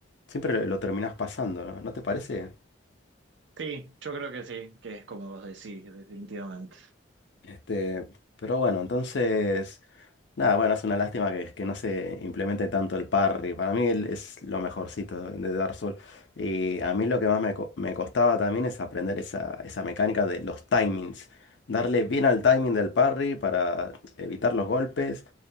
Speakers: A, on the left; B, on the right.
A: siempre lo terminás pasando, ¿no? ¿No te parece?
B: Sí, yo creo que sí, que es como vos decís, definitivamente.
A: Este, pero bueno, entonces Nada, bueno, es una lástima que, que no se implemente tanto el parry. Para mí él es lo mejorcito de de Dark Souls. Y a mí lo que más me, co- me costaba también es aprender esa, esa mecánica de los timings. Darle bien al timing del parry para evitar los golpes.